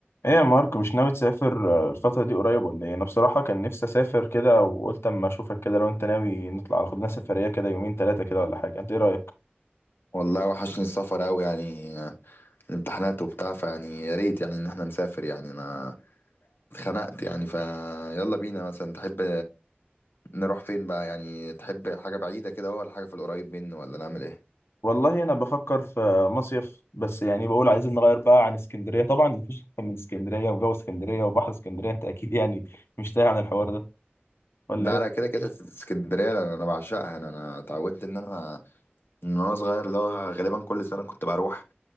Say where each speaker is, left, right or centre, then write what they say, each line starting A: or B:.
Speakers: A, on the left; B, on the left.
A: ايه يا مارك مش ناوي تسافر آه، الفترة دي قريب ولا ايه؟ انا بصراحة كان نفسي اسافر كده وقلت اما اشوفك كده لو انت ناوي نطلع خد لنا سفرية كده يومين ثلاثة كده ولا حاجة انت ايه رأيك؟
B: والله وحشني السفر أوي يعني آه، الامتحانات وبتاع فيعني يا ريت يعني إن احنا نسافر يعني أنا اتخنقت يعني فيلا بينا مثلا تحب نروح فين بقى يعني تحب حاجة بعيدة كده ولا حاجة في القريب منه ولا نعمل إيه؟
A: والله انا بفكر في مصيف بس يعني بقول عايزين نغير بقى عن اسكندرية طبعا مفيش احسن من اسكندرية وجو اسكندرية وبحر اسكندرية انت اكيد يعني مش تايه عن الحوار ده ولا
B: لا
A: ايه؟
B: لا كده كده اسكندرية أنا أنا بعشقها أنا أنا اتعودت إن أنا من وأنا صغير اللي هو غالبا كل سنة كنت بروح